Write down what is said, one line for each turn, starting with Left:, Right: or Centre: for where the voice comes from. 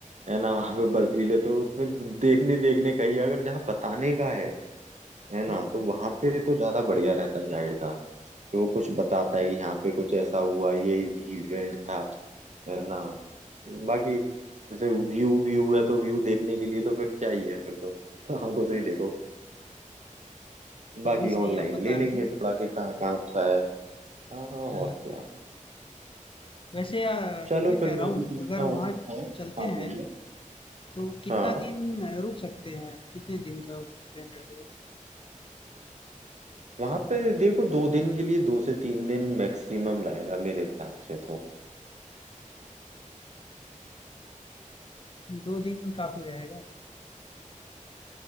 Right: है ना वहाँ पे बर्फीले तो उसमें देखने देखने का ही है। अगर जहाँ बताने का है है ना
Left: हम्म,
Right: तो वहाँ पे तो ज्यादा बढ़िया रहता है गाइड का कि वो कुछ बताता है कि यहाँ पे कुछ ऐसा हुआ ये इवेंट था है ना बाकी जैसे व्यू व्यू है तो व्यू देखने के लिए तो फिर क्या ही है फिर तो तो आंखों से ही देखो बाकी
Left: ये भी सही
Right: ऑनलाइन
Left: आप बता
Right: ले लेंगे
Left: रहे हैं
Right: थोड़ा कि कहाँ कहाँ अच्छा है हाँ हाँ, और
Left: अ,
Right: क्या
Left: वैसे अ,
Right: चलो
Left: ये
Right: फिर
Left: कह रहा
Right: मैं
Left: हूँ
Right: भी देखता
Left: अगर
Right: हूँ
Left: वहाँ
Right: हाँ
Left: चलते
Right: हाँ बोलिए
Left: हैं तो कितना
Right: हाँ
Left: दिन रुक सकते हैं कितने दिन का प्लान रहेगा
Right: वहां पे देखो दो दिन के लिए दो से तीन दिन मैक्सिमम रहेगा मेरे हिसाब से तो
Left: दो दिन काफी रहेगा